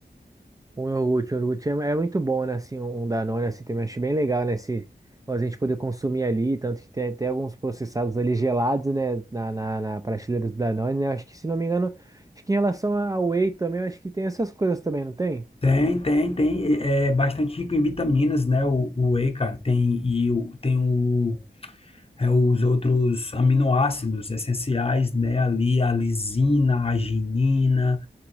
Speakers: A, on the right; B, on the left.
A: Um iogurte, um iogurte é, é muito bom, né? Assim, um um Danone, assim, também acho bem legal, né? Se a gente poder consumir ali, tanto que tem até alguns processados ali gelados, né? Na, na, na prateleira do Danone, né? Acho que, se não me engano, acho que em relação ao Whey também, acho que tem essas coisas também, não tem?
B: Tem, tem, tem, é bastante rico em vitaminas, né? O, o whey, cara, tem e o- tem o é, os outros aminoácidos essenciais, né? Ali a lisina, a arginina,